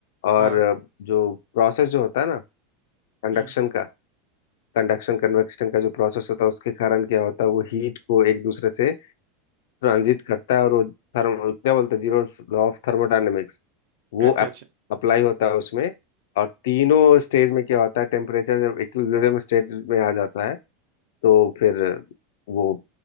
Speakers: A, on the left; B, on the right.
A: और
B: हाँ
A: जो प्रोसेस जो होता है ना कंडक्शन
B: हम्म
A: का कंडक्शन कन्वेक्शन का जो प्रोसेस होता है उसके कारण क्या होता है वो हीट को एक दूसरे से ट्रांजिट करता है और वो थर्म क्या बोलते हैं जीरो लॉ ऑफ थर्मोडायनेमिक्स वो
B: अच्छा अच्छा
A: अप्लाई होता है उसमें और तीनों स्टेज में क्या होता है टेम्परेचर जब इक्विलिब्रियम स्टेट में आ जाता है तो फिर वो